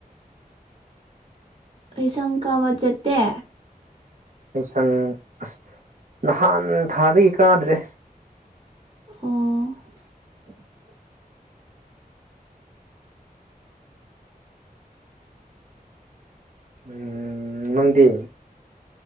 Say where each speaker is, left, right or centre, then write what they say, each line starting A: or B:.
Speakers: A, on the right; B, on the right.
A: ꯑꯩꯁꯪ ꯀꯕꯥ ꯆꯠꯇꯦ
B: ꯂꯩꯁꯪ ꯑꯁ ꯅꯍꯥꯟ ꯊꯥꯗꯩ ꯀꯥꯗ꯭ꯔꯦ
A: ꯑꯣ
B: ꯎꯝ ꯅꯪꯗꯤ